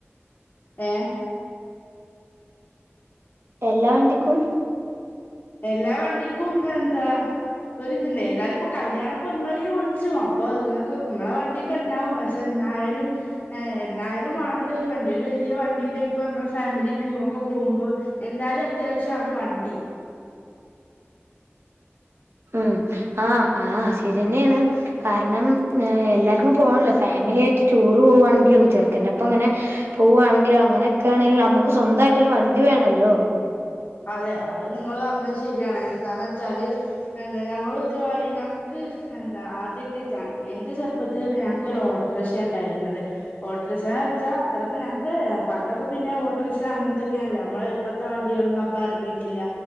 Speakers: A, on the left; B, on the right.
A: ഏഹ്?
B: എല്ലാ വണ്ടിക്കും
A: എല്ലാ വണ്ടിക്കും എന്താ ഒരിത്ണ്ട് ഏതായാലും ഇപ്പോ കല്യാണപ്പൊ ഇങ്ങളെയും വിളിച്ചു അപ്പൊ ഇങ്ങക്ക് ഇങ്ങളെ വണ്ടിയക്കെ ഇണ്ടാവും പക്ഷെ ഇന്നായാലും എന്നയാലും വാണല്ലോ ഒരു വണ്ടി ഒരു വലിയ വണ്ടി ഇണ്ടെകി ഇപ്പൊ നമ്മള് ഫാമിലി ടൂറൊക്കെ പോകുമ്പോ എന്തായാലും അത്യാവിശ്യാണ് വണ്ടി
B: ഉം ആഹ് ആഹ് ശരിയന്നെയാണ് കാരണം ഏഹ് എല്ലാർക്കും പോകണല്ലോ ഫാമിലി ആയിട്ട് ടൂറ് പോവാണെങ്കിലും ചെറുക്കന്റെ ഒപ്പം ഇങ്ങനെ പോവാണെങ്കിലോ അങ്ങനെക്കെ ആണേലും നമുക്ക് സ്വന്തായിട്ടൊരു വണ്ടി വേണല്ലോ?
A: അതെ അത് നിങ്ങള് പറഞ്ഞത് ശരിയാണ് എന്താന്ന് വെച്ചാല് എന്താ ഞങ്ങളും ഇതേമാതിരി ഞങ്ങക്ക് എന്താ ആദ്യൊക്കെ ഞൻ എന്റെ ചെറുപ്പത്തിലൊക്കെ ഞ ങ്ങക്കൊരു ഓട്രഷയാ ഇണ്ടായിരുന്നത് ഓട്ടറിഷ എന്ന് വെച്ചാ അത്രയ്ക്കും ഞങ്ങക്ക് പണ്ടൊക്കെ പിന്നെ ഓട്ട്റിക്ഷ അങ്ങനത്തക്കെ ആണല്ലോ നമ്മള് ഇപ്പത്തെ വണ്ടികളൊന്നും അപ്പ എറങ്ങിയിട്ടില്ല